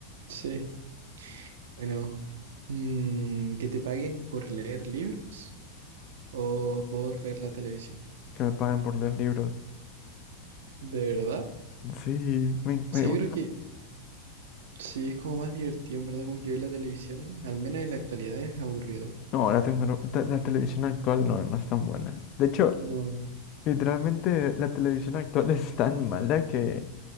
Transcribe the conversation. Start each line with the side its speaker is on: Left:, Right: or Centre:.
Right: Sí, bueno. mm, que te paguen por leer libros o por ver la televisión.
Left: que me paguen por leer libros.
Right: ¿De verdad?
Left: Sí, me, me
Right: O sea,
Left: gusta.
Right: yo creo que sí es como más divertido, en verdad, como que ver la televisión, al menos en la actualidad es aburrido.
Left: No, la, tecno- te- la televisión actual no, no es tan buena. De hecho,
Right: No.
Left: literalmente la televisión actual <laughs> es tan mala que